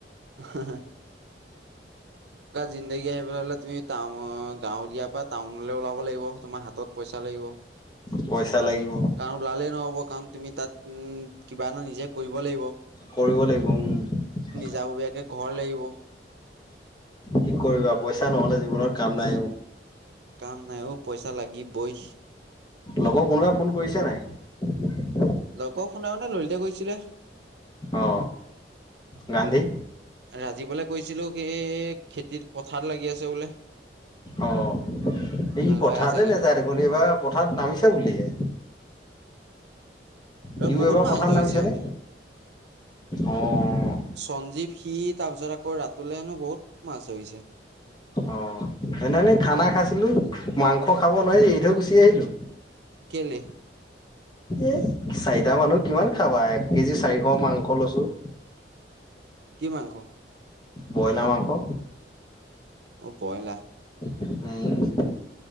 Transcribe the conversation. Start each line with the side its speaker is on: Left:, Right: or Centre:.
Right: <unintelligible> জিন্দগী আহিব হলে তুমি টাউন গাঁৱলীয়াৰ পৰা টাউনলৈ ওলাব লাগিব তোমাৰ হাতত পইচা লাগিব
Left: পইচা লাগিব
Right: কাৰণ ওলালেই নহ'ব কাৰণ তুমি তাত উম, কিবা এটা নিজে কৰিব লাগিব
Left: কৰিব লাগিব উম,
Right: যাব ঘৰ লাগিব
Left: কি কৰিবা পইচা নহলে জীৱনৰ কাম নাই
Right: কাম নাই অ পইচা লাগিবই
Left: লগৰ কোনোবাই ফোন কৰিছে নাই
Right: লগৰ শুনা মানে লৰিতে কৰিছিলে
Left: অ গান্ধী
Right: ৰাজীৱলৈ কৈছিলো সেই খেতিত পথাৰত লাগি আছে বোলে
Left: অ', এই
Right: হাল
Left: পথাৰতে
Right: বাই আছে সিহঁত
Left: নাযায় দেখোন এইবাৰ পথাৰত নামিছে বুলিহে সিও
Right: এ বহুত
Left: এইবাৰ
Right: মাছ
Left: পথাৰত
Right: ধৰিছে
Left: নামিছেনে?
Right: মানে
Left: অ',
Right: সঞ্জীৱ সি তাৰপিছত আকৌ ৰাতুললে হেনো বহুত মাছ ধৰি হৈছে
Left: অ ', সনেনেই খানা খাইছিলো মাংস খাব নোৱাৰি এই থৈ গুচি আহিলো
Right: কেলে?
Left: এ চাৰিটা মানুহ কিমান খাবা এক কেজি চাৰিশ মাংস লৈছো
Right: কি মাংস?
Left: বয়লাৰ মাংস
Right: অ বইলা
Left: উম,